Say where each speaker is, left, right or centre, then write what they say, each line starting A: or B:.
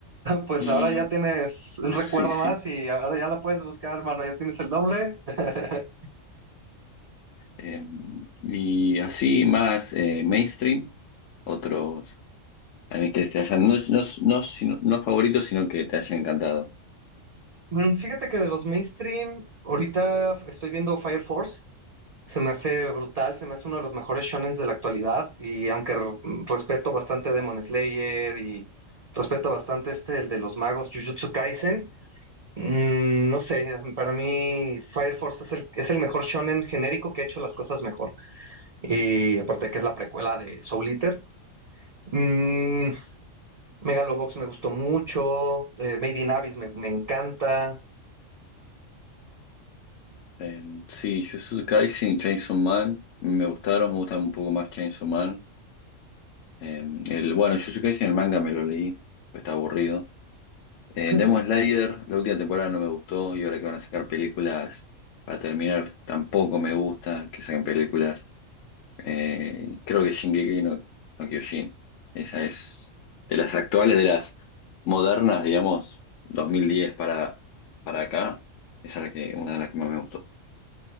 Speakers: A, on the right; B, on the left.
A: pues
B: Y
A: ahora ya tienes un recuerdo
B: sí, sí.
A: más y ahora ya la puedes buscar, hermano, ya tienes el nombre. <laughs>
B: Eh, y así más eh, mainstream, otros animes que te hayan, no, no, no, sino- no favoritos, sino que te hayan encantado.
A: Mm, Fíjate que de los mainstream, ahorita estoy viendo Fire Force. Se me hace brutal, se me hace uno de los mejores shonens de la actualidad. Y aunque re- respeto bastante Demon Slayer y respeto bastante este, el de los magos Jujutsu Kaisen, mm, no sé, para mí Fire Force es el, es el mejor shonen genérico que ha hecho las cosas mejor. Y aparte que es la precuela de Soul Eater. Mm, Megalobox me gustó mucho, eh, Made in Abyss me, me encanta.
B: Eh, sí, Jujutsu Kaisen y Chainsaw Man me gustaron, me gustan un poco más Chainsaw Man. Eh, el, bueno, Jujutsu Kaisen, el manga me lo leí, pues está aburrido. Eh,
A: <laughs>
B: Demon Slayer, la última temporada no me gustó y ahora que van a sacar películas para terminar, tampoco me gusta que saquen películas. Eh, creo que Shingeki no, no Kyojin. Esa es de las actuales, de las modernas, digamos, 2010 para, para acá. Esa es la que, una de las que más me gustó.